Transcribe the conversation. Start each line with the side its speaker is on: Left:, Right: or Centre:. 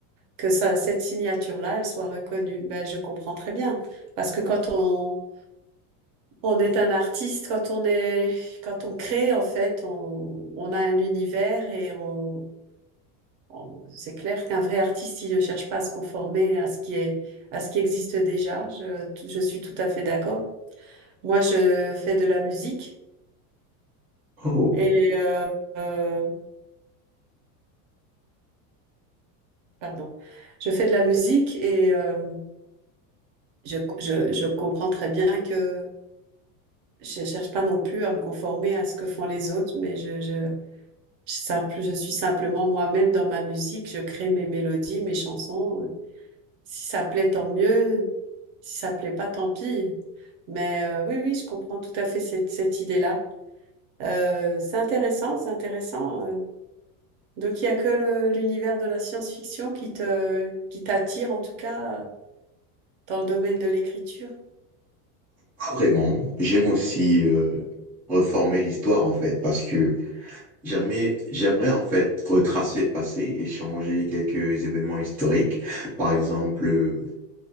Right: que ça, cette signature-là, elle soit reconnue. Ben, je comprends très bien. Parce que quand on, on est un artiste, quand on est, quand on crée, en fait, on, on a un univers et on, on- c'est clair qu'un vrai artiste, il ne cherche pas à se conformer à ce qui est, à ce qui existe déjà. Je, je suis tout à fait d'accord. Moi, je fais de la musique
Centre: Oh,
Right: et, euh, euh, pardon. Je fais de la musique et euh, je, je, je comprends très bien que je cherche pas non plus à me conformer à ce que font les autres, mais je, je, je simple, je suis simplement moi-même dans ma musique, je crée mes mélodies, mes chansons. Si ça plaît, tant mieux. Si ça plaît pas, tant pis. Mais euh, oui, oui, je comprends tout à fait cette, cette idée-là. Euh, c'est intéressant, c'est intéressant. euh. Donc, il n'y a que le- l'univers de la science-fiction qui te, qui t'attire, en tout cas, euh, dans le domaine de l'écriture?
Centre: pas vraiment. J'aime aussi euh, reformer l'histoire en fait parce que J'aimerais, j'aimerais en fait retracer le passé, échanger quelques événements historiques, par exemple euh,